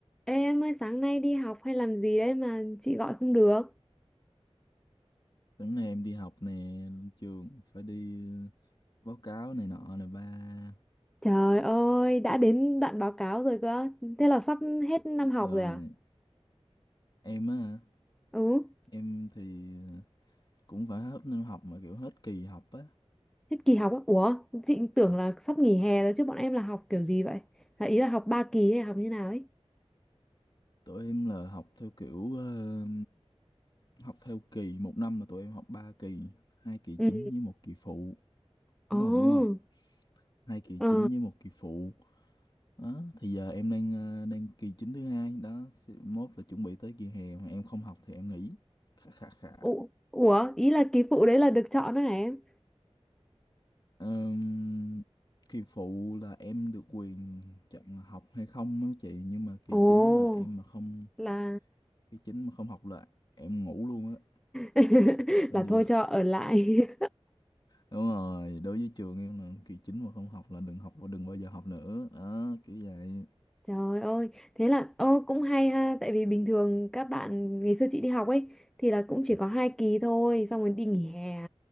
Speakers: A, in the centre; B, on the left.
A: Ê em ơi sáng nay đi học hay làm gì đấy mà chị gọi không được?
B: Sáng nay em đi học nè, lên trường phải đi ờ, báo cáo này nọ này ba.
A: Trời ơi, đã đến đoạn báo cáo rồi cơ. Thế là sắp hết năm học
B: Rồi
A: rồi à?
B: em á,
A: Ừ,
B: em thì ờ, cũng phải hết năm học mà kiểu hết kỳ học á.
A: hết kỳ học á. Ủa, chị tưởng là sắp nghỉ hè rồi chứ bọn em là học kiểu gì vậy? Là ý là học ba kỳ hay học như nào ấy?
B: Tụi em là học theo kiểu ờ, học theo kỳ, một năm là tụi em học ba kỳ, hai kỳ
A: Ừ.
B: chính với một kỳ phụ, đúng
A: Ồ,
B: không? Đúng không? Hai kỳ
A: ờ.
B: chính với một kỳ phụ. Đó, thì giờ em đang ờ, đang kỳ chính thứ hai đó, mốt là chuẩn bị tới kỳ hè mà em không học thì em nghỉ. Khà khà khà.
A: Ủa, ủa, ý là kỳ phụ đấy là được chọn đó hả em?
B: Ờm, kỳ phụ là em được quyền chọn là học hay không á chị nhưng mà kỳ
A: Ồ,
B: chính là em mà không
A: là
B: kỳ chính mà không học là em ngủ luôn á
A: <laughs>
B: coi
A: là
B: như
A: thôi
B: là
A: cho ở lại.
B: đúng rồi đối với trường em là kỳ chính mà không học là đừng học và đừng bao giờ học nữa đó kiểu vậy
A: Trời ơi, thế là ô cũng hay ha, tại vì bình thường các bạn ngày xưa chị đi học ấy thì là cũng chỉ có hai kỳ thôi, xong rồi đi nghỉ hè.